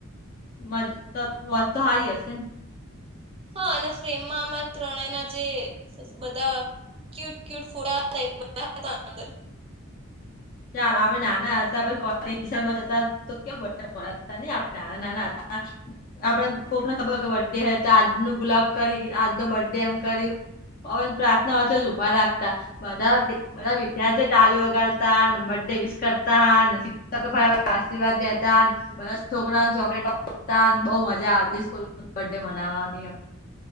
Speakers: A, on the left; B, on the right.
A: <unintelligible> વત તો સારી હશે ને
B: હા, અને ફ્રેમમાં આમાં ત્રણેના જે બધા ક્યુટ ક્યટ ફૂડંદર <unintelligible>
A: ચાલ આપણે નાના એટલે આપડે કોકની રીક્ષા મા જતા. તો કે બ હતા ન નાના નાના હતા, આપડે કોકને ખબર હોય કે બર્થ ડે હતો આજનો ગુલાબ કરી આજનો બર્થ ડે એમ કરી, અમને પ્રાર્થના વચ્ચે જ ઉભા રાખતા બધા બધા વિદ્યાર્થી ટાળી વગાડતા ને બરડે વિશ કરતા શિક્ષક <unintelligible> આશીર્વાદ દેતા, બધા છોકરાને ચોકલેટ આપતા બહુ મજા આવતી સ્કૂલ મા બર્ડે મનાવવાની એમ